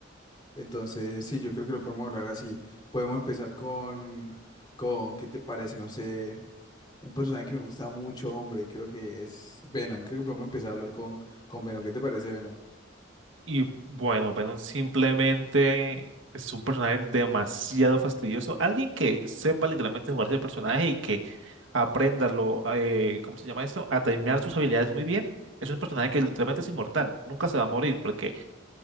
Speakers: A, on the left; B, on the right.
A: entonces sí, yo creo que lo podemos hablar así. Podemos empezar con, con ¿qué te parece? No sé. Un personaje que me gusta mucho, hombre, creo que es Venom. Creo que podemos empezar a hablar con, con Venom. ¿Qué te parece, Venom?
B: Y bueno, Venom simplemente es un personaje demasiado fastidioso. Alguien que sepa literalmente jugar ese personaje y que aprenda lo, eh, ¿cómo se llama eso? A timear sus habilidades muy bien. Es un personaje que literalmente es inmortal. Nunca se va a morir porque